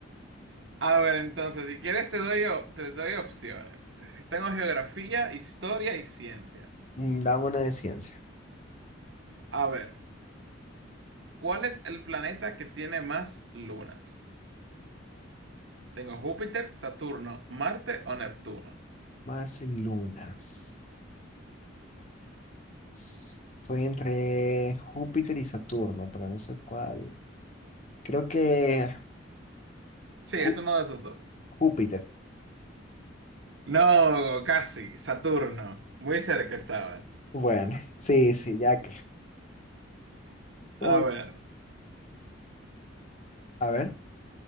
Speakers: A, on the right; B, on the left.
A: A ver, entonces, si quieres te doy, o- te doy opciones. Tengo geografía, historia y ciencia.
B: Mm, Dame una de ciencia.
A: A ver, ¿cuál es el planeta que tiene más lunas? Tengo Júpiter, Saturno, Marte o Neptuno.
B: Más lunas. S- Estoy entre Júpiter y Saturno, pero no sé cuál. Creo que
A: Sí, es
B: Jú-
A: uno de esos dos.
B: Júpiter.
A: No, casi, Saturno. Muy cerca estabas.
B: Bueno, sí, sí, ya que. Ah,
A: A ver,
B: A ver.